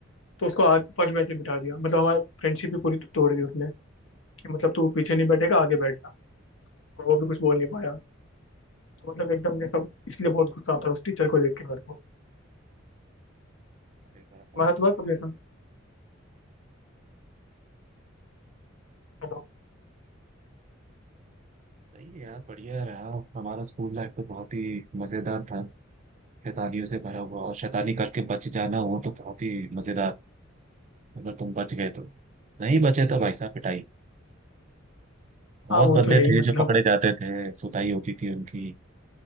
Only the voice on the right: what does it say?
हाँ,
अरे बड़ा पता
लग
गया
सही है यार बढ़िया रहा हमारा स्कूल लाइफ तो बहुत ही मजेदार था शैतानियों से भरा हुआ और शैतानी करके बच जाना हो तो बहुत ही मजेदार अगर तुम बच गए तो नहीं बचे तो भाई साहब पिटाई बहुत
बंदे
थे
जो पकड़े जाते थे सुताई होती थी उनकी